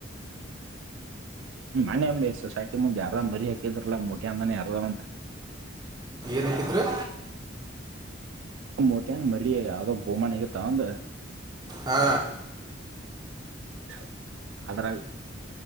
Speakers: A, on the right; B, on the right.
A: ಮನೆ ಅಂಬಿ ಸೊಸೈಟಿ ಮುಂದ್ ಯಾರಾಮ್ ಮರಿ ಹಾಕಿದ್ರಲ್ಲ ಮೋಟಿ ಅಂದಾನ ಯಾರ ಒಂದ್.
B: ಯಲ್ ಹಾಕಿದರ್.
A: ಮೋಟ್ಯನ್ ಮರಿ ಯಾವ್ದ ಬೋಮಾನಗತಾ ಆವಂದ್.
B: ಹಾ
A: <inaudible> ಅದರಾಗ್